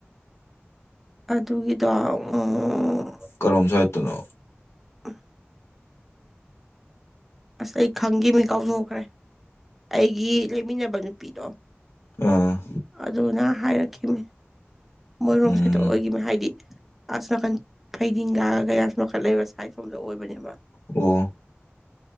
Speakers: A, in the centre; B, on the left.
A: ꯑꯗꯨꯒꯤꯗꯣ ꯎꯝ
B: ꯀꯔꯣꯝ ꯁꯥꯏꯠꯇꯅꯣ
A: ꯑ ꯑꯁ ꯑꯩ ꯈꯪꯒꯤ ꯃꯤ ꯀꯥꯎꯊꯣꯛꯈ꯭ꯔꯦ ꯑꯩꯒꯤ ꯂꯩꯃꯤꯟꯅꯕ ꯅꯨꯄꯤꯗꯣ
B: ꯑꯥ
A: ꯑꯗꯨꯅ ꯍꯥꯏꯔꯛꯈꯤꯅꯤ ꯃꯣꯏꯔꯣꯝ
B: ꯎꯝ
A: ꯁꯠꯇ ꯑꯣꯏꯈꯤꯕꯅꯤ ꯍꯥꯏꯗꯤ ꯑꯁ ꯅꯥꯀꯟ ꯐꯩꯗꯤꯡ ꯒ ꯀꯌꯥꯁꯨ ꯃꯈꯠ ꯂꯩꯕ ꯁꯥꯏꯠ ꯁꯣꯝꯗ ꯑꯣꯏꯕꯅꯦꯕ
B: ꯑꯣ